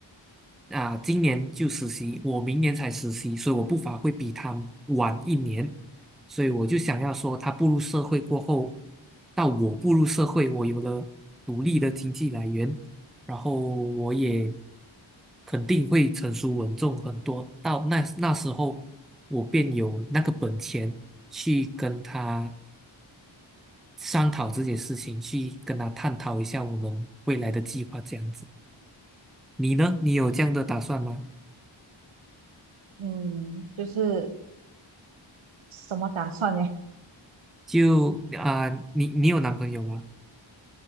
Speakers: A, in the centre; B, on the right.
A: 啊、今年就实习，我明年才实习，所以我步伐会比他晚一年，所以我就想要说，他步入社会过后，到我步入社会，我有了独立的经济来源，然后我也肯定会成熟稳重很多，到那那时候，我便有那个本钱去跟他。商讨这些事情，去跟他探讨一下我们未来的计划这样子。你呢？你有这样的打算吗？
B: 嗯，就是什么打算呀？
A: 就啊、你你有男朋友吗？